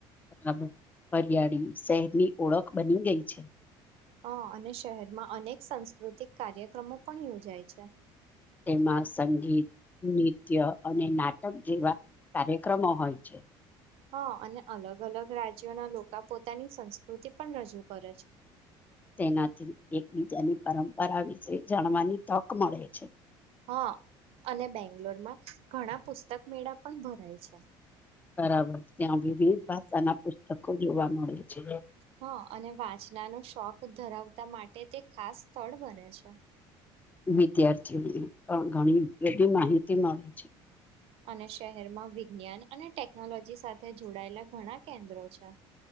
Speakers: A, on the left; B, on the right.
A: અને હરિયાળી શહેરની ઓળખ બની ગઈ છે
B: હા અને શહેરમાં અનેક સાંસ્કૃતિક કાર્યક્રમો પણ યોજાય છે
A: તેમાં સંગીત નૃત્ય અને નાટક જેવા કાર્યક્રમો હોય છે
B: હા અને અલગ અલગ રાજ્યોના લોકો પોતાની સંસ્કૃતિ પણ રજૂ કરે છે
A: તેનાથી એકબીજાની પરંપરા વિશે જાણવાની તક મળે છે
B: હા અને બેંગ્લોરમાં ઘણા પુસ્તક મેળા પણ ભરાય છે
A: બરાબર ત્યાં વિવિધ ભાષાના પુસ્તકો જોવા મળે છે
B: હા અને વાંચના નો શોખ ધરાવતા માટે તે ખાસ સ્થળ બને છે
A: વિદ્યાર્થીઓને પણ ઘણી બધી માહિતી મળે છે
B: અને શહેરમાં વિજ્ઞાન અને ટેકનોલોજી સાથે જોડાયેલા ઘણા કેન્દ્રો છે